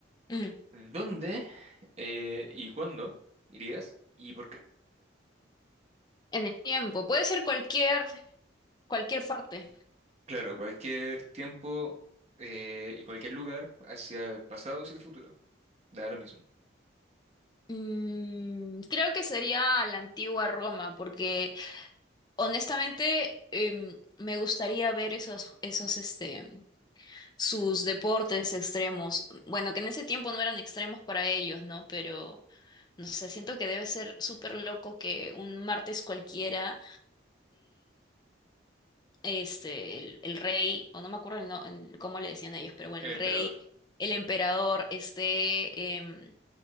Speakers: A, on the left; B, on the right.
A: Ujú.
B: ¿dónde eh, y cuándo irías y por qué?
A: En el tiempo, puede ser cualquier, cualquier parte.
B: Claro, cualquier tiempo eh, y cualquier lugar hacia el pasado y el futuro. Da lo mismo.
A: Mm, creo que sería la antigua Roma, porque honestamente em, me gustaría ver esos, esos, este, sus deportes extremos. Bueno, que en ese tiempo no eran extremos para ellos, ¿no? Pero, no sé, siento que debe ser súper loco que un martes cualquiera este, el, el rey, o no me acuerdo el no- el- cómo le decían ellos, pero bueno,
B: El
A: el
B: emperador.
A: rey, el emperador, este, em,